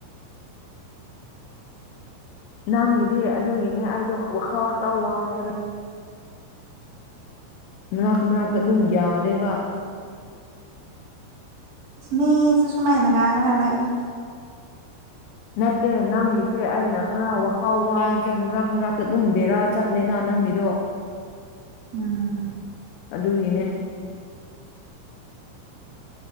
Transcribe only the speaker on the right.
ꯑꯁ ꯃꯤꯁꯨ ꯁꯨꯃꯥꯏꯅ ꯉꯥꯡꯅꯅ ꯑꯏꯩꯅ
ꯎꯝ